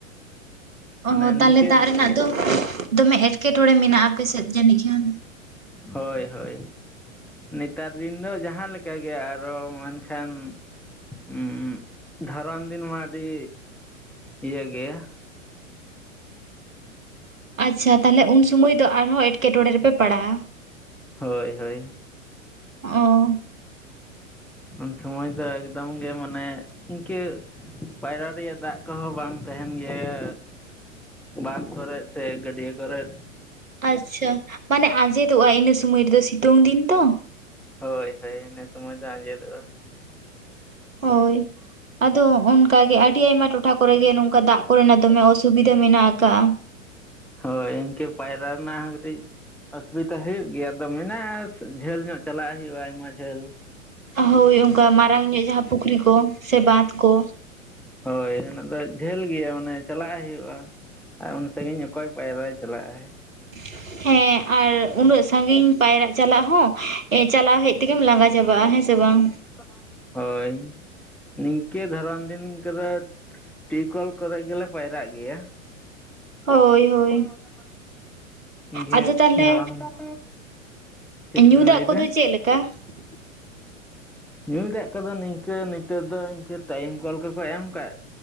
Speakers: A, in the centre; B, on the right.
A: ᱢᱟᱱᱮ
B: ᱚ ᱛᱟᱦᱚᱞᱮ
A: ᱱᱤᱝᱠᱟᱹᱱ
B: ᱫᱟᱜ ᱨᱮᱱᱟᱜ ᱫᱚ ᱫᱚᱢᱮ ᱮᱴᱠᱮᱴᱚᱬᱮ ᱢᱮᱱᱟᱜᱼᱟ ᱟᱯᱮ ᱥᱮᱫ ᱡᱟᱹᱱᱤᱡ ᱠᱷᱟᱱ?
A: ᱦᱳᱭ ᱦᱳᱭ᱾ ᱱᱮᱛᱟᱨ ᱫᱤᱱ ᱫᱚ ᱡᱟᱦᱟᱸ ᱞᱮᱠᱟ ᱜᱮ ᱟᱨᱚ ᱢᱮᱱᱠᱷᱟᱱ ᱩᱜ ᱫᱚᱨᱚᱱ ᱫᱤᱱ ᱢᱟ ᱟᱹᱰᱤ ᱤᱭᱟᱹ ᱜᱮᱭᱟ
B: ᱟᱪᱪᱷᱟ ᱛᱟᱦᱚᱞᱮ ᱩᱱ ᱥᱩᱢᱟᱹᱭ ᱫᱚ ᱟᱨᱦᱚᱸ ᱮᱴᱠᱮᱴᱚᱬᱮ ᱨᱮᱯᱮ ᱯᱟᱲᱟᱜᱼᱟ᱾
A: ᱦᱳᱭ ᱦᱳᱭ᱾
B: ᱚᱻ
A: ᱩᱱ ᱥᱚᱢᱚᱭ ᱫᱚ ᱮᱠᱫᱚᱢ ᱜᱮ ᱢᱟᱱᱮ ᱤᱱᱠᱟᱹ ᱯᱟᱭᱨᱟ ᱨᱮᱭᱟᱜ ᱫᱟᱜ ᱠᱚᱦᱚᱸ ᱵᱟᱝ ᱛᱟᱦᱮᱱ ᱜᱮᱭᱟ᱾ ᱵᱟᱸᱫᱷ ᱠᱚᱨᱮ ᱥᱮ ᱜᱟᱹᱰᱤᱭᱟᱹ ᱠᱚᱨᱮᱫ᱾
B: ᱟᱪᱪᱷᱟ ᱢᱟᱱᱮ ᱟᱸᱡᱮᱫᱚᱜ-ᱟ ᱤᱱᱟᱹ ᱥᱩᱢᱚᱭ ᱨᱮᱫᱚ ᱥᱤᱛᱩᱝ ᱫᱤᱱ ᱛᱚ᱾
A: ᱦᱳᱭ ᱦᱳᱭ ᱤᱱᱟᱹ ᱥᱚᱢᱟᱹᱭ ᱫᱚ ᱟᱸᱡᱮᱫᱚᱜᱼᱟ᱾
B: ᱦᱳᱭ ᱟᱫᱚ ᱚᱱᱠᱟ ᱜᱮ ᱟᱹᱰᱤ ᱟᱭᱢᱟ ᱴᱚᱴᱷᱟ ᱠᱚᱨᱮᱜᱮ ᱱᱚᱝᱠᱟ ᱫᱟᱜ ᱠᱚᱨᱮᱱᱟᱜ ᱫᱚᱢᱮ ᱚᱥᱩᱵᱤᱫᱟ ᱢᱮᱱᱟᱜ ᱟᱠᱟᱜᱼᱟ᱾
A: ᱦᱳᱭ ᱤᱱᱠᱟᱹ ᱯᱟᱭᱨᱟ ᱨᱮᱱᱟᱜ ᱦᱚᱸ ᱠᱟᱹᱴᱤᱡ ᱚᱥᱩᱵᱤᱫᱟ ᱦᱩᱭᱩᱜ ᱜᱮᱭᱟ ᱟᱫᱚ ᱢᱮᱱᱟᱜᱼᱟ ᱡᱷᱟᱹᱞ ᱧᱚᱜ ᱪᱟᱞᱟᱜ ᱦᱩᱭᱩᱜᱼᱟ ᱟᱭᱢᱟ ᱡᱷᱟᱹᱞ᱾
B: ᱦᱳᱭ ᱚᱱᱠᱟ ᱢᱟᱨᱟᱝ ᱧᱚᱜ ᱡᱟᱦᱟᱸ ᱯᱩᱠᱷᱨᱤ ᱠᱚ ᱥᱮ ᱵᱟᱸᱫᱷ ᱠᱚ᱾
A: ᱦᱳᱭ ᱚᱱᱟ ᱫᱚ ᱡᱷᱟᱹᱞ ᱜᱮᱭᱟ ᱢᱟᱱᱮ ᱪᱟᱞᱟᱜ ᱦᱩᱭᱩᱜᱼᱟ ᱟᱨ ᱩᱱ ᱥᱟᱴᱟᱹᱜᱤᱧ ᱚᱠᱚᱭ ᱯᱟᱭᱨᱟᱭ ᱪᱟᱞᱟᱜᱼᱟᱭ᱾
B: <inaudible> ᱦᱮᱸ ᱟᱨ ᱩᱱᱟᱹᱜ ᱥᱟᱺᱜᱤᱧ ᱯᱟᱭᱨᱟᱜ ᱪᱟᱞᱟᱜ ᱦᱚᱸ ᱪᱟᱞᱟᱣ ᱦᱮᱡ ᱛᱮᱜᱮᱢ ᱞᱟᱸᱜᱟ ᱪᱟᱵᱟᱜᱼᱟ ᱦᱮᱸ ᱥᱮ ᱵᱟᱝ?
A: <inaudible> ᱦᱳᱭ ᱱᱤᱝᱠᱟᱹ ᱫᱷᱚᱨᱚᱱ ᱫᱤᱱ ᱠᱚᱫᱚ ᱴᱤᱭᱩ ᱠᱚᱞ ᱠᱚᱨᱮ ᱜᱮᱞᱮ ᱯᱟᱭᱨᱟᱜ ᱜᱮᱭᱟ᱾ <unintelligible>
B: ᱦᱳᱭ ᱦᱳᱭ ᱟᱫᱚ ᱛᱟᱦᱚᱞᱮ
A: ᱪᱮᱫ
B: ᱧᱩ
A: ᱵᱮᱱ
B: ᱫᱟᱜ
A: ᱞᱟᱹᱭᱫᱟ?
B: ᱠᱚᱫᱚ ᱪᱮᱫ ᱞᱮᱠᱟ <inaudible>
A: ᱧᱩᱭ ᱫᱟᱜ ᱠᱚᱫᱚ ᱱᱤᱝᱠᱟᱹ ᱱᱤᱛᱚᱜ ᱫᱚ ᱤᱱᱠᱟᱹ ᱴᱟᱭᱤᱢ ᱠᱚᱞ ᱠᱚᱠᱚ ᱮᱢ ᱠᱟᱫ